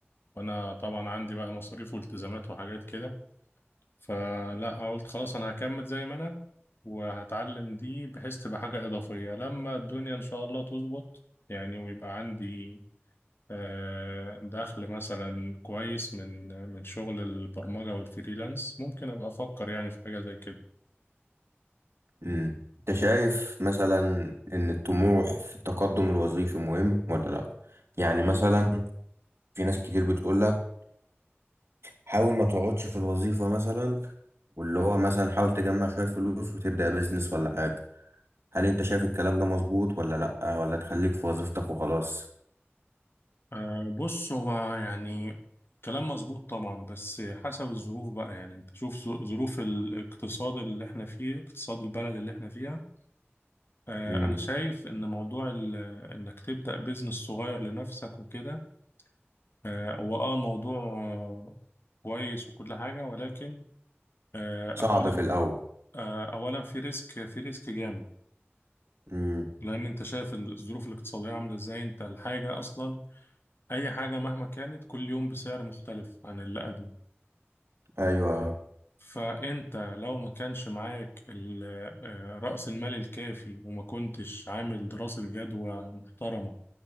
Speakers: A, on the left; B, on the right.
A: وأنا طبعا عندي بقى مصاريف والتزامات وحاجات كده فلا قلت خلاص انا هكمل زي ما انا وهتعلم دي بحيث تبقى حاجة إضافية لما الدنيا إن شاء الله تظبط يعني ويبقى عندي آه، دخل مثلا كويس من من شغل البرمجة والفريلانس ممكن أبقى أفكر يعني في حاجة زي كده
B: مم. أنت شايف مثلا إن الطموح في التقدم الوظيفي مهم ولا لأ؟ يعني مثلا
A: نعم.
B: في ناس كتير بتقولك حاول ما تقعدش في الوظيفة مثلا واللي هو مثلا حاول تجمع شوية فلوس وتبدأ بيزنس ولا حاجة هل انت شايف الكلام ده مظبوط ولا لأ ولا تخليك في وظيفتك وخلاص
A: آه، بص هو يعني كلام مظبوط طبعا بس حسب الظروف بقى يعني انت شوف ظ- ظروف الاقتصاد اللي احنا فيه اقتصاد البلد اللي احنا فيها آه،
B: امم
A: أنا شايف إن موضوع ال- إنك تبدأ بيزنس صغير لنفسك وكده آه، هو أه الموضوع آه، كويس وكل حاجة ولكن آه،
B: صعب
A: أولا
B: في الأول
A: آه، أولا في ريسك في ريسك جامد
B: امم
A: لأن أنت شايف الظروف الاقتصادية عاملة إزاي أنت الحاجة أصلا أي حاجة مهما كانت كل يوم بسعر مختلف عن اللي قبله
B: ايوه
A: فأنت لو ما كانش معاك ال- آه، رأس المال الكافي وما كنتش عامل دراسة جدوى محترمة